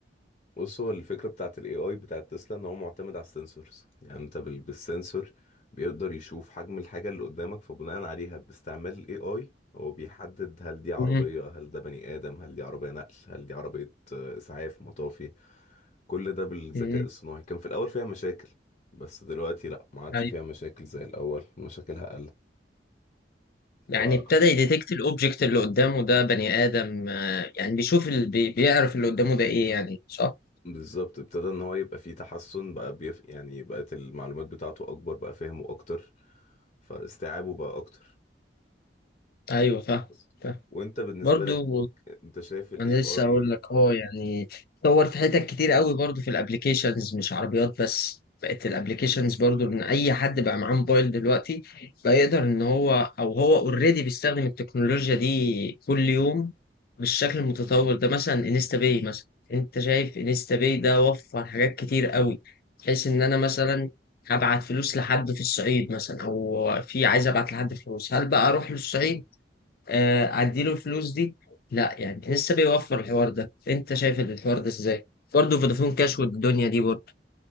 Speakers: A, on the left (about 40°); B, on the left (about 55°).
A: بص هو الفكرة بتاعت ال AI بتاعت تسلا ان هو معتمد على السنسورز يعني انت بال- بالسنسور بيقدر يشوف حجم الحاجة اللي قدامك فبناء عليها باستعمال ال AI هو بيحدد هل دي عربية
B: يعني
A: هل ده بني آدم هل دي عربية نقل هل دي عربية آه، إسعاف مطافي كل ده بالذكاء
B: مم.
A: الصناعي كان في الأول فيها مشاكل بس دلوقتي لأ ما عادش
B: طيب
A: فيها مشاكل زي الأول مشاكلها
B: يعني
A: قلت
B: ابتدى يديتكت الاوبجكت اللي قدامه ده بني ادم آه، يعني بيشوف ال... بي... بيعرف اللي قدامه ده ايه يعني صح؟
A: بالظبط ابتدى ان هو يبقى فيه تحسن بقى بيف... يعني بقت المعلومات بتاعته اكبر بقى فهمه اكتر فاستيعابه بقى اكتر
B: ايوه فاهم
A: بس
B: فاهم
A: وانت بالنسبة
B: برضو
A: لك انت شايف الاي
B: انا لسه
A: اي
B: اقول لك اه يعني اتطور في حتت كتير قوي برضو في الابليكيشنز مش عربيات بس بقت الابليكيشنز برضو ان اي حد بقى معاه موبايل دلوقتي بقى يقدر ان هو او هو اوريدي بيستخدم التكنولوجيا دي كل يوم بالشكل المتطور ده مثلا انستا باي مثلا انت شايف انستا باي ده وفر حاجات كتير قوي بحيث ان انا مثلا هبعت فلوس لحد في الصعيد مثلا او في عايز ابعت لحد فلوس هل بقى اروح للصعيد آه، اديله الفلوس دي لا يعني لسه بيوفر الحوار ده انت شايف الحوار ده ازاي برضه فودافون كاش والدنيا دي برضه